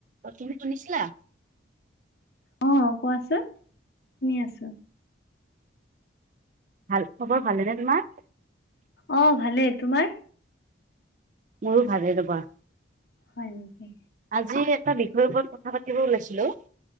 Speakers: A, on the right; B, on the left.
A: অ, তুমি শুনিছিলা?
B: অ, কোৱাচোন, শুনি আছো।
A: ভাল খবৰ ভালেনে তোমাৰ?
B: অ ভালে, তোমাৰ?
A: মোৰো ভালে ৰবা
B: হয় নেকি
A: আজি এটা বিষয়ৰ ওপৰত কথা পাতিব ওলাইছিলো